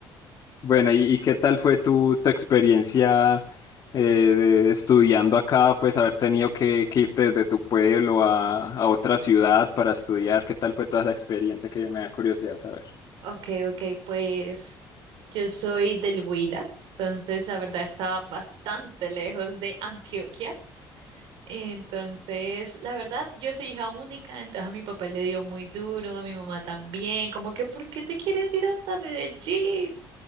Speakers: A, on the left; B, on the right.
A: Bueno, ¿y, y qué tal fue tu, tu experiencia eh, de- estudiando acá? Pues haber tenido que, que irte desde tu pueblo a, a otra ciudad para estudiar. ¿Qué tal fue toda esa experiencia que me da curiosidad saber?
B: Ok, ok, pues yo soy del Huila, entonces la verdad estaba bastante lejos de Antioquia. Entonces, la verdad, yo soy hija única, entonces a mi papá le dio muy duro, a mi mamá también, como que, ¿por qué te quieres ir hasta Medellín?